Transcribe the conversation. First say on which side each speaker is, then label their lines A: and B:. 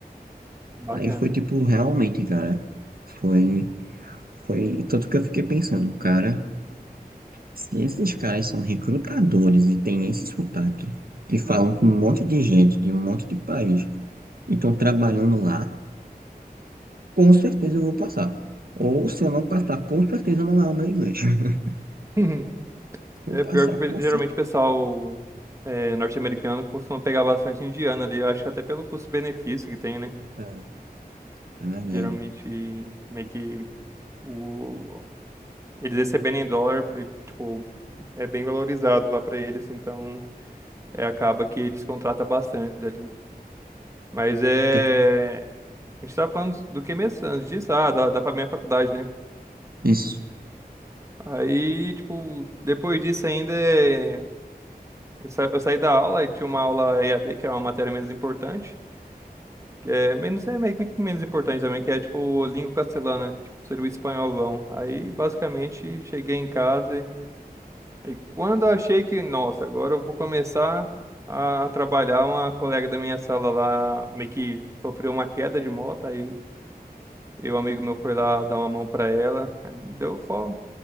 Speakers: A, on the right (about 20°); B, on the right (about 65°).
A: bacana.
B: Aí foi, tipo, realmente, cara. Foi. Foi tanto que eu fiquei pensando, cara, se esses caras são recrutadores e têm esse sotaque, e falam com um monte de gente de um monte de país e estão trabalhando lá, com certeza eu vou passar. Ou se eu não passar, com certeza não é o meu inglês. <laughs>
A: Uhum. <laughs>
B: Se eu
A: É
B: passar,
A: pior que o pe-
B: com certeza,
A: geralmente o pessoal é, norte-americano costuma pegar bastante indiano ali. Eu acho que até pelo custo-benefício que tem, né?
B: é verdade.
A: Geralmente meio que o... eles recebendo em dólar, e, tipo, é bem valorizado lá pra eles, então é, acaba que eles contratam bastante ali. Mas é.
B: Tanto-
A: A gente tá falando do que mesmo antes disso? Ah, da, da minha faculdade, né?
B: Isso.
A: Aí, tipo, depois disso ainda é. Eu sa- eu saí da aula e tinha uma aula EAD, que era uma matéria menos importante, que é menos, é meio que menos importante também, que é tipo língua castelhana, tipo, seria o espanholão. Aí, basicamente, cheguei em casa e aí quando eu achei que, nossa, agora eu vou começar a trabalhar, uma colega da minha sala lá meio que sofreu uma queda de moto, aí eu, um amigo meu foi lá dar uma mão pra ela, aí me deu só,